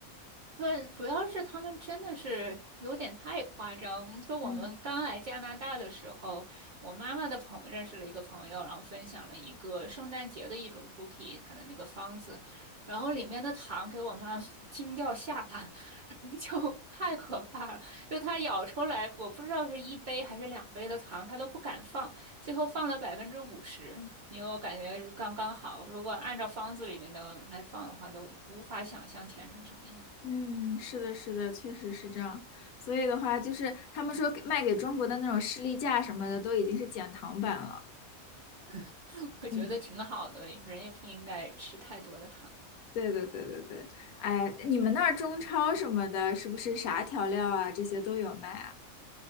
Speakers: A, on the right; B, on the left.
A: 对，主要是他们真的是有点太夸张。就我们刚来加拿大的时候，
B: 嗯
A: 我妈妈的朋认识了一个朋友，然后分享了一个圣诞节的一种 cookie，它的那个方子，然后里面的糖给我妈 <laughs> 惊掉下巴，<laughs> 就太可怕了。就她咬出来，我不知道是一杯还是两杯的糖，她都不敢放，最后放了百分之五十，因为我感觉是刚刚好。如果按照方子里面的来放的话，都无法想象甜成什么样。
B: 嗯，是的，是的，确实是这样。所以的话，就是他们说给卖给中国的那种士力架什么的，都已经是减糖版了。
A: <laughs> 我觉得挺好的，
B: 嗯，
A: 人也不应该吃太多的糖。
B: 对的，对对对。哎，你们那儿中超什么的，是不是啥调料啊，这些都有卖啊？